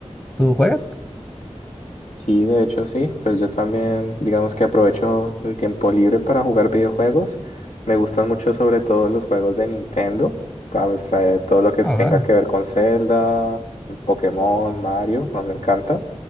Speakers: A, on the left; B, on the left.
A: tú juegas?
B: Sí, de hecho sí, pues yo también digamos que aprovecho el tiempo libre para jugar videojuegos. Me gustan mucho sobre todo los juegos de Nintendo, ¿sabes? Eh, todo lo que
A: Ah,
B: tenga
A: va,
B: que ver con Zelda, Pokémon, Mario, a mí me encanta.